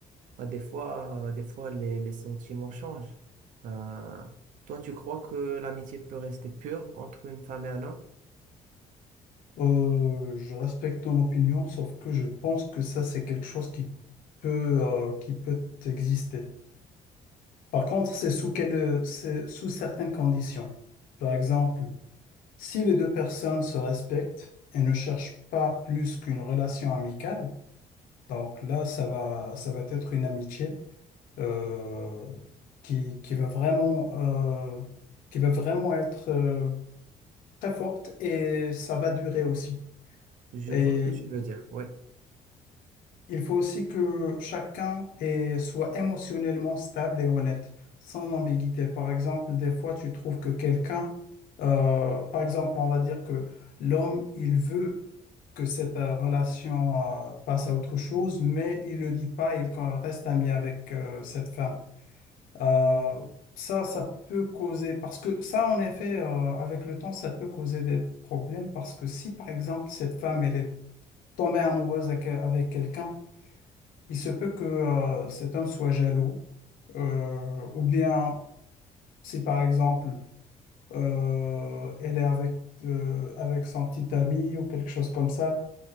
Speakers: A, on the right; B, on the left.
A: bah, des fois, euh, des fois les, les sentiments changent. Bah, toi, tu crois que l'amitié peut rester pure entre une femme et un homme?
B: Euh, je respecte ton opinion, sauf que je pense que ça, c'est quelque chose qui peut, euh, qui peut exister. Par contre, c'est sous quelle, c'est sous certaines conditions. Par exemple, Si les deux personnes se respectent et ne cherchent pas plus qu'une relation amicale, donc là, ça va, ça va être une amitié euh, qui, qui va vraiment, euh, qui va vraiment être euh, très forte et ça va durer aussi.
A: Je
B: Et
A: vois ce que tu veux dire, oui.
B: il faut aussi que chacun est- soit émotionnellement stable et honnête, sans ambiguïté. Par exemple, des fois, tu trouves que quelqu'un, euh, par exemple, on va dire que l'homme, il veut que cette euh, relation euh, passe à autre chose, mais il le dit pas, il quand- reste ami avec euh, cette femme. Euh, ça, ça peut causer, parce que ça, en effet, euh, avec le temps, ça peut causer des problèmes, parce que si, par exemple, cette femme, elle est tombée amoureuse avec, euh, avec quelqu'un, il se peut que euh, cet homme soit jaloux, euh, ou bien si, par exemple, euh, elle est avec, euh, avec son petit ami ou quelque chose comme ça.